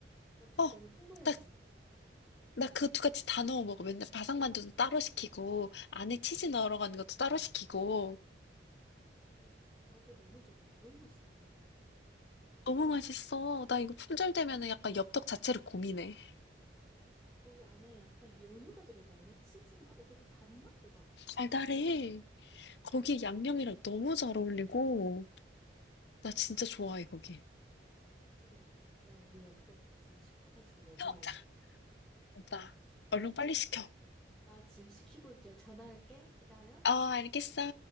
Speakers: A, in the centre; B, on the left.
A: 나 지금
B: 어.
A: 너무 흥분했어.
B: 나, 나 그 두 가지 다 넣어 먹어. 맨날 바삭만두도 따로 시키고, 안에 치즈 넣으러 가는 것도 따로 시키고.
A: 그러니까 나 그거 너무 좋아해. 너무 맛있지 않아 그거?
B: 너무 맛있어. 나 이거 품절되면은
A: 약
B: 약간 엽떡 자체를 고민해.
A: 거기 안에 약간 연유가 들어가 있나? 치즈인가? 약간 좀 단맛도 나.
B: 달달해. 거기에
A: 음,
B: 양념이랑 너무 잘 어울리고. 나 진짜
A: 나
B: 좋아해,
A: 지금,
B: 거기.
A: 나 지금 미쳐버리겠다. 야, 우리 엽떡 지금 시켜가지고 먹어야겠다.
B: 시 먹자, 오빠. 얼른 빨리 시켜. 어,
A: 나 지금 시키고 전화할게. 기다려.
B: 알겠어.